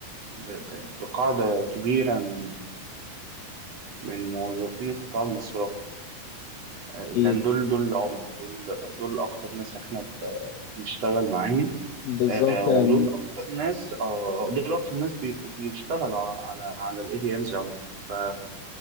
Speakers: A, on the right; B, on the left.
A: ب- بقاعدة كبيرة من من موظفين القطاع المصرفي لأن
B: أكيد
A: دول دول العملاء دول دول أكتر ناس إحنا ب- بنشتغل معاهم
B: بالظبط
A: آه، ودول
B: يعني
A: أكتر ناس آه، دول أكتر ناس بيبقوا بيشتغلوا على على الإي تي إمز عموما ف-